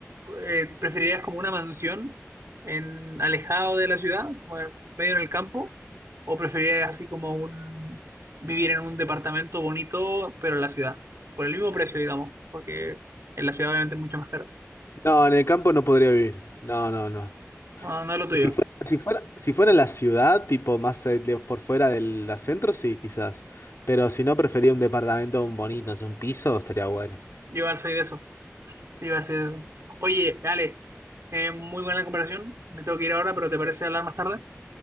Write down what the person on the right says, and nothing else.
eh, ¿preferirías como una mansión en alejado de la ciudad, como en medio en el campo? ¿O preferirías así como un vivir en un departamento bonito, pero en la ciudad? Por el mismo precio, digamos, porque en la ciudad obviamente es mucho más caro.
No, no es lo tuyo.
Yo igual soy de eso. Sí, igual soy de eso. Oye, Ale, eh, muy buena la conversación. Me tengo que ir ahora, pero ¿te parece hablar más tarde?